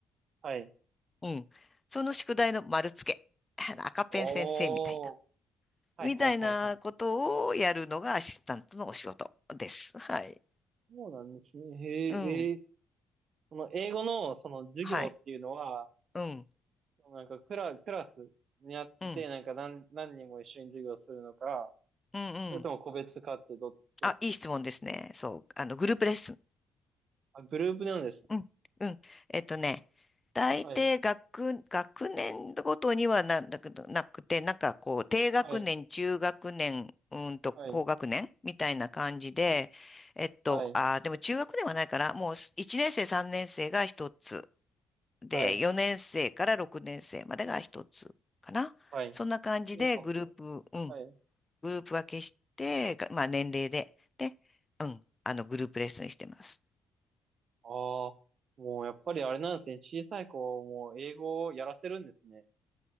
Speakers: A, on the right; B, on the left.
A: はい。
B: うん。その宿題の丸付け。<laughs> 赤ペン先生みたいな。
A: おー。はいはいはいはい。
B: みたいなことをやるのがアシスタントのお仕事です。はい。
A: そうなんですね。へえ、
B: うん。
A: えー、その英語のその授業っていうのは、
B: はい。うん。
A: なんかクラ、クラスにあってて、
B: うん。
A: なんか何、何人も一緒に授業するのか、
B: うん。
A: それとも個別かってど、
B: うん。
A: どっち
B: あ、いい質問ですね。そう。あの、グループレッスン。
A: あ、グループなんですね。
B: うん。うん。えっとね、大抵学、
A: はい。
B: 学年ごとにはな、なくなくて、なんかこう、低学年、
A: はい。
B: 中学年、うーんと高学年みたいな感じで、
A: はい。
B: えっと、
A: はい。
B: あー、でも中学年はないから、もう1年生、3年生が1つ。で、
A: はい、
B: 4年生から6年生までが一つかな。
A: はい。
B: そんな感じでグループ、
A: A さんの
B: うん、
A: はい、はい。
B: グループ分けして、がまあ年齢で、で、うん、あのグループレッスンしてます。
A: ああ、もうやっぱりあれなんですね。小さい子も英語をやらせるんですね。